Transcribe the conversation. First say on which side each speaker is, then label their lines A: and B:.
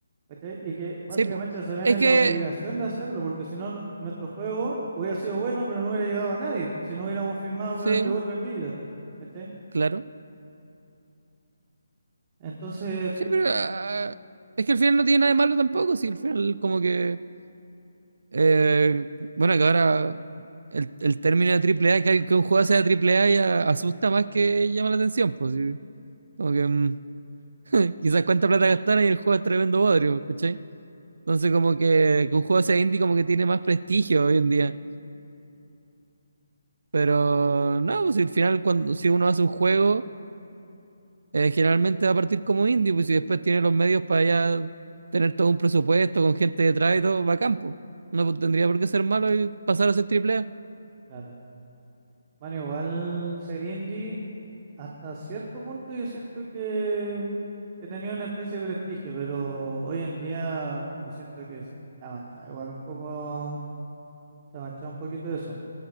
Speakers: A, on the right (about 30°); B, on the right (about 65°).
A: ¿cachai? Y que básicamente
B: Sí, pues.
A: se ven
B: Es
A: en
B: que,
A: la obligación de hacerlo, porque si no, nu- nuestro juego hubiera sido bueno, pero no hubiera llegado a nadie, po, si no hubiéramos firmado
B: sí,
A: con el Devolver Digital, ¿cachai?
B: claro.
A: Entonces,
B: Sí, pero ah, es que al final no tiene nada de malo tampoco. Sí, al final como que Eh, bueno, que ahora el, el término de triple A, que, al- que un juego sea triple A ya asusta más que llama la atención, pues sí. Como que mm, <laughs> quizás cuánta plata gastaron y el juego es tremendo bodrio, ¿cachai? Entonces como que, que un juego sea indie como que tiene más prestigio hoy en día. Pero no, pues si al final cuando si uno hace un juego, eh, generalmente va a partir como indie, pues si después tiene los medios para ya tener todo un presupuesto con gente detrás y todo, va a campo. No pues, tendría por qué ser malo y pasar a ser triple A.
A: claro, van igual ser indie Hasta cierto punto yo siento que, que tenía una especie de prestigio, pero hoy en día yo siento que se ha manchado igual un poco, se ha manchado un poquito eso,